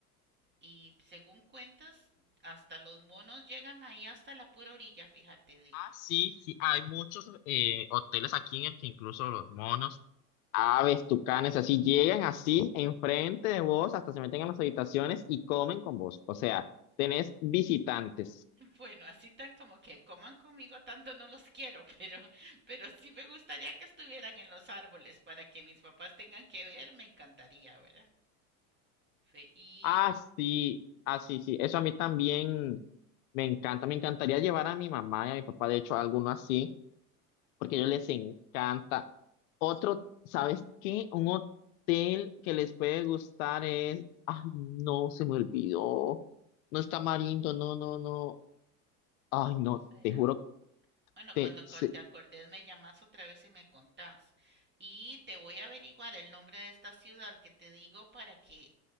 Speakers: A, on the right; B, on the left.
A: Y según cuentas, hasta los monos llegan ahí hasta la pura orilla, fíjate de.
B: Ah,
A: <laughs>
B: sí, sí, hay muchos eh, hoteles aquí en el que incluso los monos. Aves, tucanes, así llegan así enfrente de vos, hasta se meten en las habitaciones y comen con vos. O sea, tenés visitantes.
A: Bueno, así tan como que coman conmigo tanto no los quiero, <laughs> pero, pero sí me gustaría que estuvieran en los árboles para que mis papás tengan que ver, me encantaría, ¿verdad? Fe- Y
B: Ah Así, así, sí. sí. Eso a mí también me encanta. Me encantaría llevar a mi mamá y a mi papá, de hecho, a alguno así. porque a ellos les encanta. Otro, ¿sabes qué? Un hotel que les puede gustar es, ay, no, se me olvidó. No está Marindo, no, no, no. Ay,
A: ¿Cuál
B: no,
A: será?
B: te juro,
A: Bueno,
B: te,
A: cuando
B: sí,
A: co- te acordes me llamas otra vez y me contás. Y te voy a averiguar el nombre de esta ciudad que te digo para que